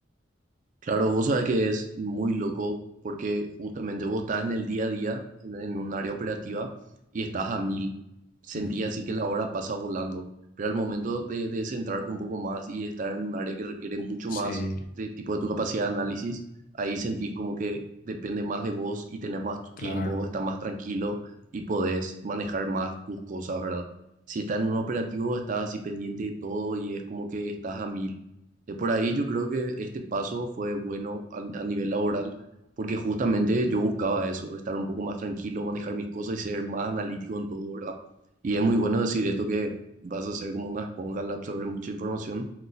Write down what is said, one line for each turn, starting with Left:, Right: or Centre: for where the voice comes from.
Right: Claro, vos sabés que es muy loco porque justamente vos estás en el día a día, en un área operativa, y estás a mil. Sentís
Left: Ujú.
Right: así que la hora pasa volando. Pero al momento de, de centrarte un poco más y de estar en un área que requiere mucho
Left: Sí,
Right: más de tipo de tu capacidad de análisis, ahí sentís como que depende más de vos y tenés más tu tiempo,
Left: claro.
Right: estás más tranquilo y podés manejar más tus cosas, ¿verdad? Si estás en un operativo, estás así pendiente de todo y es como que estás a mil de por ahí yo creo que este paso fue bueno al- a, nivel laboral, porque justamente yo buscaba eso, estar un poco más tranquilo, manejar mis cosas y ser más analítico en todo, ¿verdad? Y es muy bueno decir esto que vas a ser como una esponja al absorber mucha información,